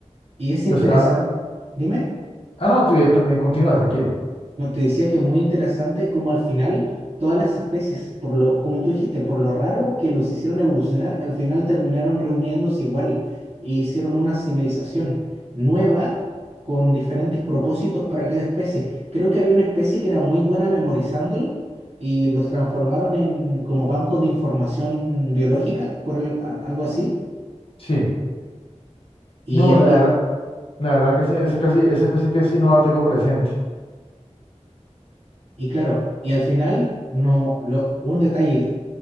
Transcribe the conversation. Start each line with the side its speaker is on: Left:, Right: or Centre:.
Right: y y es interesante.
Left: O sea,
Right: Dime,
Left: ah, no, tú- eh, también continúa, tranquilo.
Right: no te decía que es muy interesante como al final todas las especies, por lo, como tú dijiste, por lo raro que los hicieron evolucionar, al final terminaron reuniéndose igual y hicieron una civilización nueva con diferentes propósitos para cada especie. Creo que había una especie que era muy buena memorizándolo y los transformaron en como bancos de información biológica, por el- a- algo así.
Left: Sí.
Right: Y
Left: No,
Right: había,
Left: la verdad, la verdad que sí, esa, casi, esa especie que sí no la tengo presente.
Right: Y claro, y al final, no, lo, un detalle